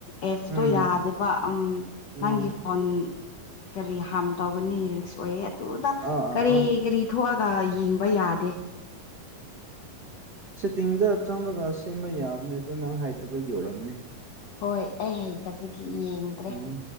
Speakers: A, on the left (about 65°); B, on the right (about 70°).
A: ꯑꯦꯞꯇꯣ
B: ꯎꯝ
A: ꯌꯥꯗꯦꯕ ꯎ
B: ꯎꯝ
A: ꯅꯪꯒꯤ ꯐꯣꯟ ꯀꯔꯤ ꯍꯥꯔꯝ ꯇꯧꯒꯅꯤ ꯔꯤꯛꯁ ꯑꯣꯏꯌꯦ ꯑꯗꯨꯗ
B: ꯑꯥ
A: ꯀꯔꯤ
B: ꯑꯥ ꯑꯥ
A: ꯀꯔꯤ ꯊꯣꯛꯑꯒ ꯌꯦꯡꯕ ꯌꯥꯗꯦ
B: ꯁꯇꯤꯡꯗ ꯆꯪꯕꯒ ꯁꯦꯝꯕ ꯌꯥꯕꯅꯦ ꯑꯗꯨ ꯅꯪ ꯍꯥꯏꯇꯕꯒꯤ ꯑꯣꯏꯔꯝꯅꯦ
A: ꯍꯣꯏ ꯑꯩ ꯍꯩꯇꯕꯒꯤ ꯌꯦꯡꯗ꯭ꯔꯦ
B: ꯎꯝ